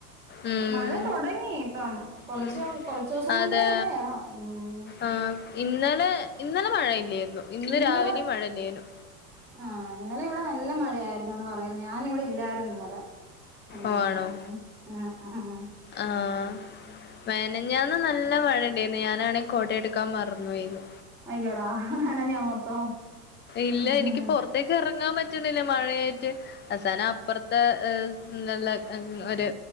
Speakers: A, on the left; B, in the centre.
A: ഉം
B: മഴ തുടങ്ങി ഇപ്പം കൊറച്ച
A: ഉം
B: കൊറച്ച ദിവസം
A: അതെ
B: കൊണ്ടേ മഴയാ ഉം
A: ആഹ് ഇന്നലെ ഇന്നലെ മഴയില്ലായിരുന്നു ഇന്ന്
B: ഇന്നലെ
A: രാവിലെയും മഴയില്ലായിരുന്നു
B: ആഹ് ഇന്നലെ ഇവിടെ നല്ല മഴയായിരുന്നുന്ന് പറയുന്നത് ഞാന ഇവിടെ ഇല്ല ഇന്നലെ ആഹ്
A: ഓഹ് ആണോ
B: ആഹ്
A: ആഹ് മെനഞ്ഞാന്ന് നല്ല മഴ ഉണ്ടായിരുന്നു ഞാനാണെങ്ക കൊട എടുക്കാൻ മറന്നു പോയിരുന്നു
B: അയ്യോടാ നനഞ്ഞോ മൊത്തം
A: ഇല്ല
B: ഉം
A: എനിക്ക് പുറത്തേ ഇറങ്ങാൻ പറ്റുന്നില്ല മഴയായിട്ട് അവസാനം അപ്പുറത്തെ ത്തെ നല്ല ഒരു